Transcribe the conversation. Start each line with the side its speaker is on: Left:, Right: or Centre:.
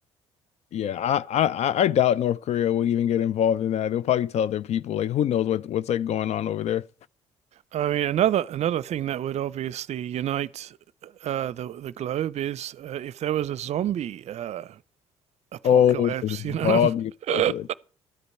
Left: Yeah, I, I I doubt North Korea would even get involved in that. They'll probably tell their people, like, who knows what what's like going on over there.
Right: I mean, another another thing that would obviously unite uh, the the globe is uh, if there was a zombie uh, apocalypse,
Left: Oh,
Right: you know.
Left: zombie apocalypse.
Right: <laughs>